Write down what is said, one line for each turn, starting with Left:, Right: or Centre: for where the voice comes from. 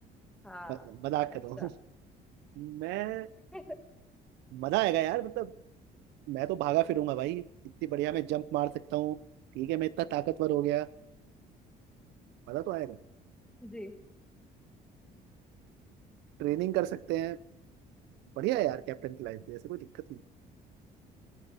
Right: <laughs>
Centre: हाँ
Right: म- मजाक
Centre: अच्छा
Right: कर रहा हूँ मैं
Centre: <laughs>
Right: मजा आएगा यार मतलब मैं तो भागा फिरूंगा भाई इतनी बढ़िया मैं जंप मार सकता हूँ ठीक है मैं इतना ताकतवर हो गया मजा तो आएगा
Centre: जी
Right: ट्रेनिंग कर सकते हैं बढ़िया है यार कैप्टन की लाइफ भी ऐसे कोई दिक्कत नहीं